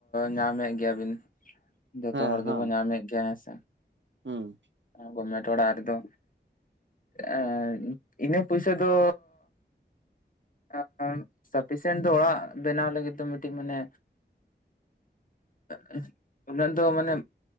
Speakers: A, on the left; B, on the right.
A: ᱧᱟᱢᱮᱜ ᱜᱮᱭᱟ ᱵᱤᱱ ᱡᱚᱛᱚ
B: ᱦᱮᱸ
A: ᱦᱚᱲ
B: ᱦᱮᱸ
A: ᱜᱮᱵᱚᱱ ᱧᱟᱢᱮᱫ ᱜᱮᱭᱟ ᱦᱮᱸᱥᱮ
B: ᱦᱩᱸ
A: ᱜᱚᱯᱢᱮᱴ ᱚᱲᱟᱜ ᱨᱮᱫᱚ ᱮᱸ ᱤᱱᱟᱹ ᱯᱩᱭᱥᱟᱹ ᱫᱚ <unintelligible> ᱥᱟᱯᱷᱤᱥᱮᱱᱴ ᱫᱚ ᱚᱲᱟᱜ ᱵᱮᱱᱟᱣ ᱞᱟᱹᱜᱤᱫ ᱫᱚ ᱢᱤᱫᱴᱤᱡ ᱢᱟᱱᱮ <inaudible> ᱩᱱᱟᱹᱜ ᱫᱚ ᱢᱟᱱᱮ